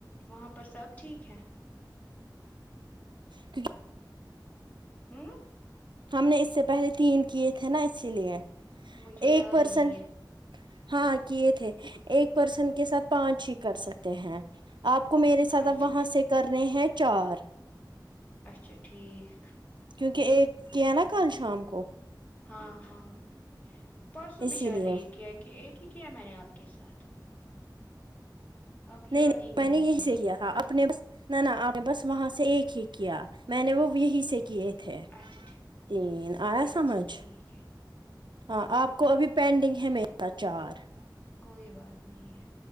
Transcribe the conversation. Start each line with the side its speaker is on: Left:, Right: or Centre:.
Left: وہاں پر سب ٹھیک ہے
Right: ت
Left: ہوں
Right: ہم نے اس سے پہلے تین کیے تھے نا اسی لیے
Left: مجھے یاد
Right: ایک پرسن
Left: ہی نہیں ہے
Right: ہاں کیے تھے ایک پرسن کے ساتھ پانچ ہی کر سکتے ہیں آپ کو میرے ساتھ
Left: اچھا
Right: آپ وہاں سے کر رہے ہیں چار
Left: اچھا ٹھیک
Right: کیونکہ ایک کیا نا کل شام کو
Left: ہاں ہاں پرسوں
Right: اسی
Left: بھی شاید
Right: لیے
Left: ایک ہے کہ ایک ہی کیا میں نے آپ کے ساتھ اب یاد
Right: نہیں نہیں
Left: ہی
Right: میں نے یہیں
Left: ہے
Right: سے کیا تھا اپنے بس نہ نہ آپ نے بس وہاں سے ایک ہی کیا میں نے وہ یہی سے کیے تھے تھے
Left: اچھا ٹھ
Right: تین آیا
Left: اچھا
Right: سمجھ
Left: ٹھیک ہے
Right: ہاں آپ کوابی پینڈنگ ہے میرا چار
Left: کوئی بات نہیں ہے